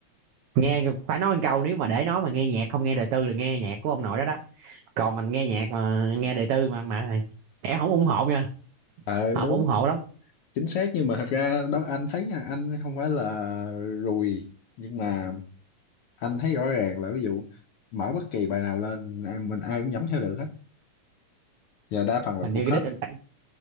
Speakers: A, on the right; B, on the left.
A: nghe phải nói một câu nếu mà để nói mà nghe nhạc không nghe đời tư là nghe nhạc của ông nội đó đó còn mình nghe nhạc mà nghe đời tư mà mà em không ủng hộ nha
B: ờ
A: không
B: đúng
A: ủng hộ lắm
B: chính xác nhưng mà thật ra đó anh thấy nha anh không phải là rùi nhưng mà anh thấy rõ ràng là ví dụ mở bất kỳ bài nào lên à, mình ai cũng nhắm theo được hết và đa phần là
A: hình như
B: thuộc
A: cái
B: hết
A: đít anh phát-